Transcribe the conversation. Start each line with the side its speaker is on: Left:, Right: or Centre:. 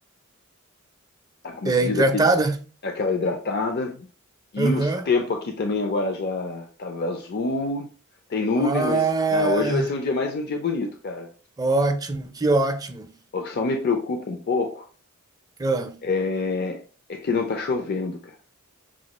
Left: ah, como
Right: É
Left: se diz
Right: hidratada?
Left: aqui, aquela hidratada. E
Right: Aham.
Left: o tempo aqui também agora já tava azul, tem nuvem,
Right: Ah,
Left: mas ah, hoje vai ser um dia mais um dia bonito, cara.
Right: ótimo, que ótimo.
Left: Eu só me preocupa um pouco
Right: Ah,
Left: é, é que não tá chovendo, cara.